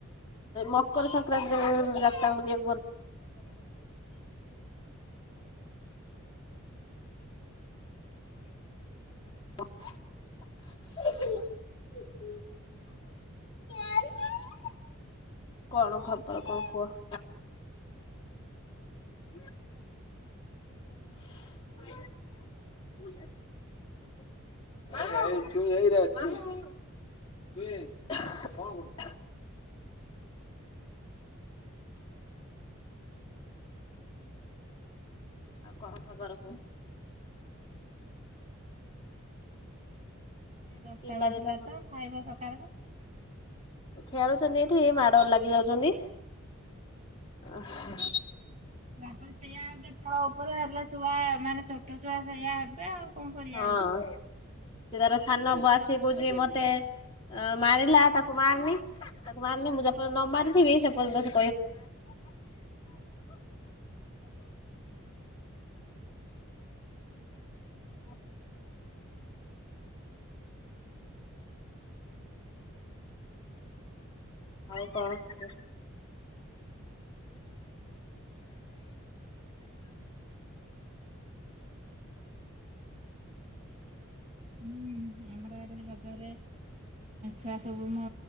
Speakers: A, on the left (about 25°); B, on the right (about 30°).
A: ମକର ସଂକ୍ରାନ୍ତିରେ ଗୋଟେ <inaudible> କଣ ଖବର କଣ କୁହ? ହୁଁ <inaudible> <inaudible> <inaudible> କିଏ କଣ କରୁଚୁ? ଆଉ କଣ ଖବର କୁହ
B: ଦଶଟା
A: ପିଲା
B: ବାଜିଲା
A: ଦିଟା ହଁ
B: ତ ଖାଇବା ସକାଳରେ
A: ଖେଳୁଚନ୍ତି ଏଠି ମାଡଗୋଲ ଲାଗିଯାଉଚନ୍ତି ଅହ
B: ୟାପରେ ସେଇଆ ହେବେ ତ ଉପରେ ହେଲେ ଛୁଆ ମାନେ ଛୋଟ ଛୁଆ ସେଇଆ ହେବେ ଆଉ କଣ କରିବା
A: ହଁ
B: ଆଉ
A: ସେ ତାର ସାନ ବା ଆସିକି କହୁଚି ମତେ ମାରିଲା ତାକୁ ମାରନି ତାକୁ ମାରନି ମୁଁ ଯା ମୁଁ ନ ମାରିଥିବି ସେପର୍ଯ୍ୟନ୍ତ ସେ <unintelligible> <inaudible> ଆଉ କଣ ଖବର
B: ହୁଁ ଆମର ଇଆଡ଼େ ରଜରେ ଛୁଆ ସବୁ ମ